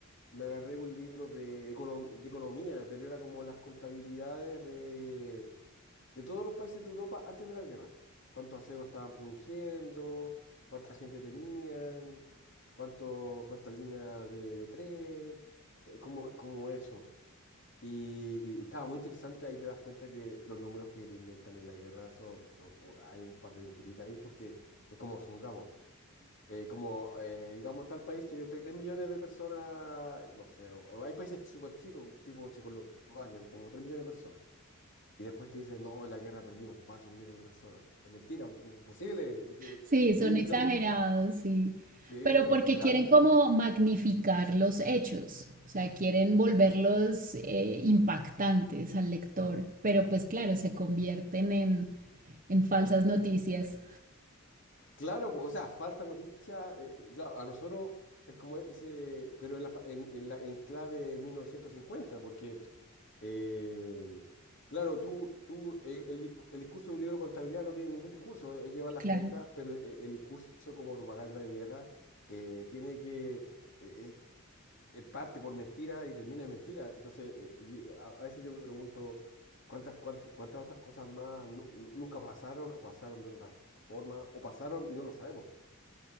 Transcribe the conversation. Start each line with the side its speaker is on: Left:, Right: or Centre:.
Left: me agarré un libro de, econo- de economía, pero era como las contabilidades de, de todos los países de Europa antes de la guerra. Cuántos aceros estaban produciendo, cuánta gente tenían, cuánto, cuántas líneas de, de tren, eh, como, como eso. Y, y estaba muy interesante, ahí te das cuenta que los números que te inventan en la guerra son, son- hay un par de mentiritas ahí porque es como, supongamos. Eh, como, eh, digamos, tal país tiene 3 millones de personas, no sé, o- hay países súper chicos, tipo Checoslovaquia, como 3 millones de personas. Y después te dicen, no, en la guerra perdimos 4 millones de personas. Es mentira, pues, como imposible.
Right: Sí, son
Left: Y
Right: exagerados,
Left: como,
Right: sí.
Left: sí,
Right: Pero
Left: son
Right: porque
Left: exagerados.
Right: quieren
Left: Entonces,
Right: como magnificar los hechos, o sea, quieren volverlos eh, impactantes al lector, pero pues claro, se convierten en, en falsas noticias.
Left: claro, pues, o sea, falsa noticia, eh, claro, a nosotros es como ese, pero en la, fa- en, en la enclave 1950, porque Eh, claro, tú, tú, el, el dis- el discurso de un libro de contabilidad no tiene ningún discurso, es llevar las
Right: Claro,
Left: cuentas, pero e- el, discurso como propaganda de guerra eh, tiene que, eh, es- eh, parte por mentira y termina en mentira. Entonces, eh, di- a, a veces yo me pregunto cuántas, cuánt- cuántas otras cosas más nu- nu- nunca pasaron o pasaron de otra forma o pasaron y no las sabemos.